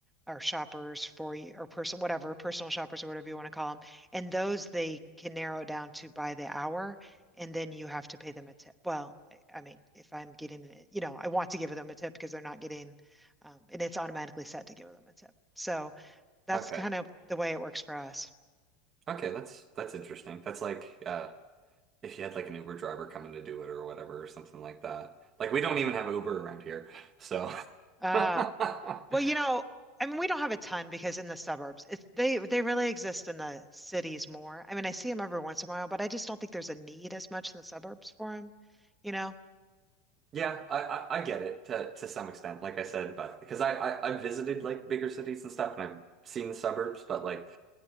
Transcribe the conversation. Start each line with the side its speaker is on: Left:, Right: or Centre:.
Centre: or shoppers for you or person whatever personal shoppers or whatever you want to call them and those they can narrow it down to by the hour and then you have to pay them a tip well I I mean if I'm getting it you know I want to give them a tip because they're not getting um, and it's automatically set to give them a tip so that's
Right: okay,
Centre: kind of the way it works for us
Right: okay, that's that's interesting. That's like uh, if you had like an Uber driver coming to do it or whatever or something like that. Like we don't even have Uber around here, so. <laughs>
Centre: uh well you know I mean we don't have a ton because in the suburbs it's they they really exist in the cities more I mean I see them every once in a while but I just don't think there's a need as much in the suburbs for them you know
Right: Yeah, I, I, I get it to, to some extent, like I said, but because I, I, I've visited like bigger cities and stuff and I've seen the suburbs, but like